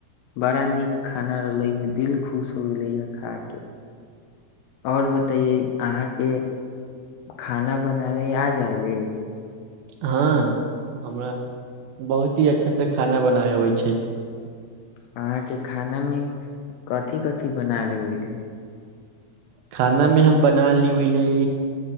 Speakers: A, on the left (about 80°); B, on the right (about 80°).
A: बड़ा नीक खाना रहलै हे दिल खुश हो गेलैए खा कऽ आओर बतइयए अहाँके खाना बनाबै आ जााले
B: हँ हमरा बहुत ही अच्छासँ खाना बनाय अबै छै
A: अहाँके खाना मे कथिी कथिी बना लेबहि
B: खाना मे हम बना ली ओहि ले